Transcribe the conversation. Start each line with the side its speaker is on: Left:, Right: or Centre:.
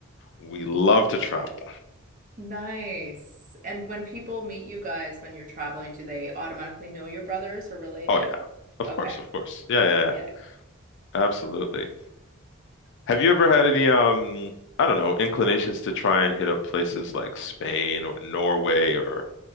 Left: We love to travel.
Right: Nice. And when people meet you guys when you're traveling, do they automatically know your brothers or related?
Left: Oh yeah, of
Right: Okay.
Left: course, of course. Yeah, yeah, yeah.
Right: Yeah.
Left: Absolutely. Have you ever had any um, I don't know, inclinations to try and hit up places like Spain or Norway or